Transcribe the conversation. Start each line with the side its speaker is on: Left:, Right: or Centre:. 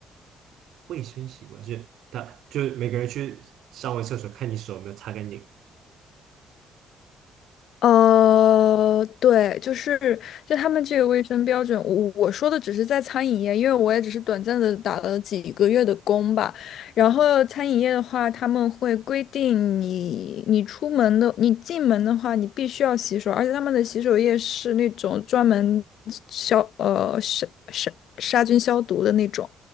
Right: 卫生习惯，就是他就是每个人去上完厕所看你手有没有擦干净。
Left: 呃，对，就是就他们这个卫生标准，我我说的只是在餐饮业，因为我也只是短暂的打了几个月的工吧。然后餐饮业的话，他们会规定你你出门的，你进门的话，你必须要洗手，而且他们的洗手液是那种专门消呃杀杀杀菌消毒的那种，